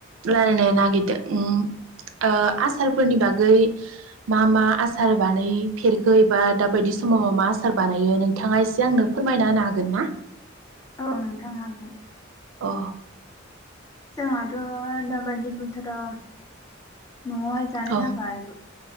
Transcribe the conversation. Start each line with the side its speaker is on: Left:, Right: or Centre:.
Right: लारायनो नागिरदों उम ओ आसारफोरनि बागै मा मा आसार बानायफेरखो एबा दाबायदि समाव मा आसार बानायो नोंथाङा इसे आंनो फोरमायना होनो हागोन ना?
Left: औ नोंथां हाग
Right: अ
Left: जोंहाथ' दाबायदि बोथोरा न'आवहाय जानो
Right: औ
Left: थाखाय